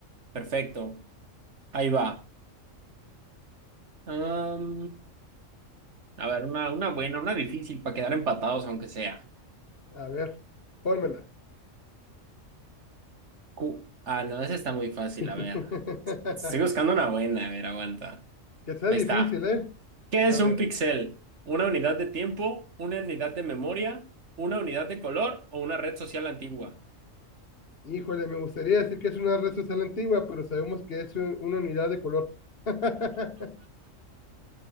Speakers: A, on the right; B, on the left.
A: Perfecto. Ahí va. Am, a ver, una, una buena, una difícil para quedar empatados, aunque sea.
B: A ver, pónmela.
A: Cu- ah, no, esa está muy fácil.
B: <laughs>
A: A ver. Estoy buscando una buena. A ver, aguanta.
B: Que sea
A: Ahí
B: difícil,
A: está.
B: ¿eh?
A: ¿Qué
B: A
A: es
B: ver.
A: un píxel? ¿Una unidad de tiempo, una unidad de memoria, una unidad de color o una red social antigua?
B: Híjole, me gustaría decir que es una red social antigua, pero sabemos que es un- una unidad de color. <laughs>